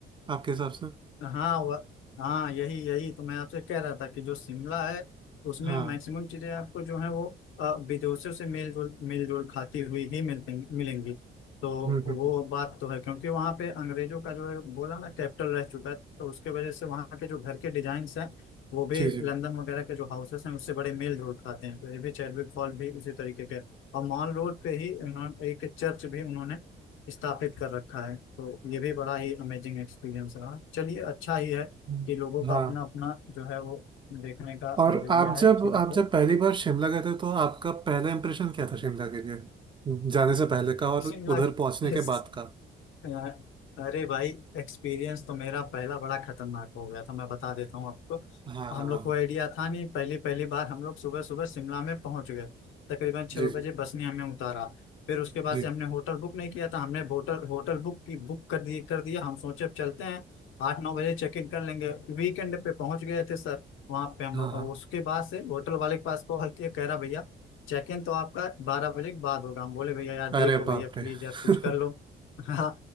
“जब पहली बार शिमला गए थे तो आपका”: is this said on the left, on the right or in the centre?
Right